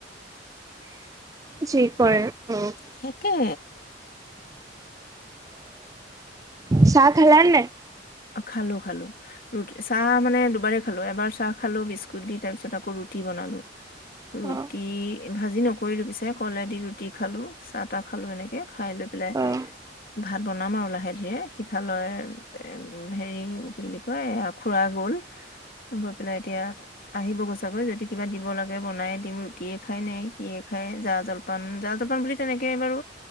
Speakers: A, on the right (about 20°); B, on the left (about 50°).
A: যি কৰে অ',
B: সেকে
A: চাহ খালানে না?
B: খালো-খালো ৰু চাহ মানে দুবাৰে খালো এবাৰ চাহ খালো বিস্কুট দি তাৰ পিছত আকৌ ৰুটি বন। নালো। ৰুটি
A: অ',
B: ভাজি নকৰিলো পিছে কলেদি ৰুটি খালো চাহ তাহ খালো এনেকে। খাই লৈ পেলাই
A: অ',
B: ভাত বনাম আৰু লাহে ধীৰে সিফালৰ এ হেৰি কি কয় খুৰা গল। গৈ পেলাই এতিয়া আহিব গৈচাগৈ যদি কিবা দিব লাগে বনাইে দিম ৰুটিয়ে খাই নাই সে খাই জা জলপান জা জলপান বুলি তেনেকে বাৰু